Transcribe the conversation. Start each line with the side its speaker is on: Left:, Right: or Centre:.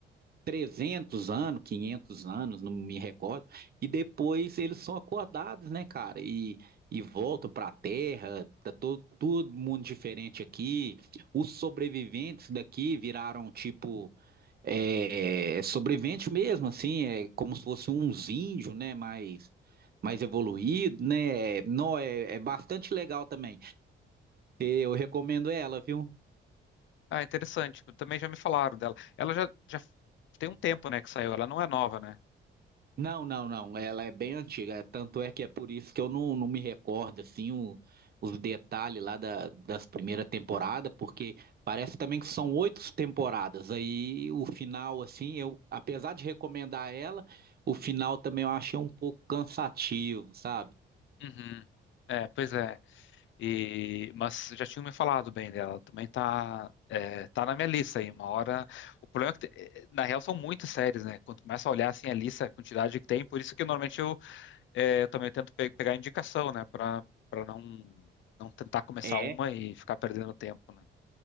Right: 300 anos, 500 anos, não me recordo, e depois eles são acordados, né, cara? E, e voltam para a Terra, tá to, todo mundo diferente aqui. Os sobreviventes daqui viraram tipo é, sobrevivente mesmo, assim, é como se fossem uns índios, né? Mais, mais evoluído, né? Não, é, é bastante legal também. Eu recomendo ela, viu?
Left: Ah, interessante. Também já me falaram dela. Ela já, já tem um tempo, né, que saiu. Ela não é nova, né?
Right: Não, não, não. Ela é bem antiga. é, Tanto é que é por isso que eu não, não me recordo assim o- os detalhes lá da, das primeiras temporadas, porque parece também que são oito temporadas. Aí o final, assim, eu, apesar de recomendar ela, o final também eu achei um pouco cansativo, sabe?
Left: Uhum. É, pois é. E, mas já tinham me falado bem dela. Também tá, é, tá na minha lista aí. Uma hora. O problema é que, te- eh, na real, são muitas séries, né? Quando começa a olhar assim a lista, a quantidade que tem, por isso que normalmente eu, é, eu também tento pe- pegar indicação, né, para para não não tentar começar
Right: É,
Left: uma e ficar perdendo tempo, né?